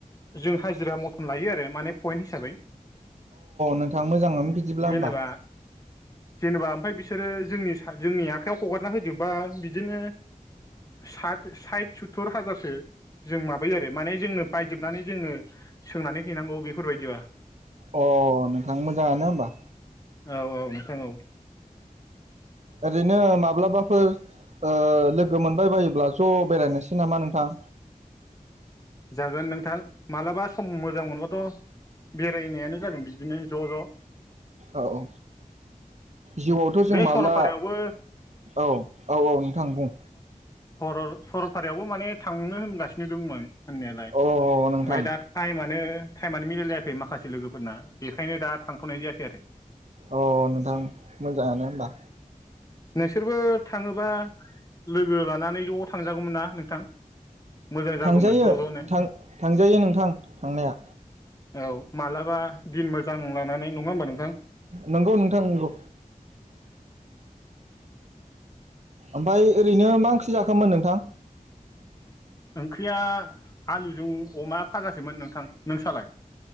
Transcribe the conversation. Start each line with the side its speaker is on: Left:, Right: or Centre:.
Left: जों हाजिरा मथन लायो आरो माने पइन्ट हिसाबै
Right: नोंथां मोजाङानो बिदिब्ला
Left: जेनेबा
Right: होमबा
Left: जेनेबा ओमफ्राय बिसोरो जोंनि -जोंनि आखाइयाव हगारना होजोबबा बिदिनो सात साइत सतुर हाजार जों माबायो आरो माने जोंनो बायजोबनानै जोंनो सोंनानै हैनांगौ बेफोरबायदिबा।
Right: अ नोंथां मोजाङानो होमबा।
Left: औ औ। नोंथां औ
Right: ओरैनो माब्लाबा ओ लोगो मोनबाय बायोब्ला ज' बेरायनोसै नामा नोंथां?
Left: जागोन नोंथां मालाबा सम मोजां मोनबाथ' बेरायनायानो जागोन बिदिनो ज' ज'।
Right: औ औ। जिउआवथ' जों
Left: बे
Right: माब्ला
Left: सरलपारायावबो
Right: औ औ औ नोंथां बुं
Left: सरल-सरलपारायावबो माने थांनो होनगासिनो दंमोन। होननायालाय
Right: अ
Left: ओमफ्राय
Right: नोंथां
Left: दा टाइमानो -टाइमानो मिलायलायाखै माखासे लोगोफोरना। बेखायनो दा थांथ'नाय जायाखै आरो।
Right: अ नोंथां मोजाङानो होमबा।
Left: नोंसोरबो थाङोबा लोगो लानानै ज' थांजागौमोन ना नोंथां। मोजां जागौमोन
Right: थांजायो
Left: ज' ज'नो
Right: थां -थांजायो नोंथां थांनाया।
Left: औ माब्लाबा दिन मोजां लानानै नङा होमबा नोंथां।
Right: नंगौ नोंथां नंगौ। ओमफाय ओरैनो मा ओंख्रि जाखोमोन नोंथां?
Left: ओंख्रिया आलुजों अमा फाजासोमोन नोंथां। नोंसालाय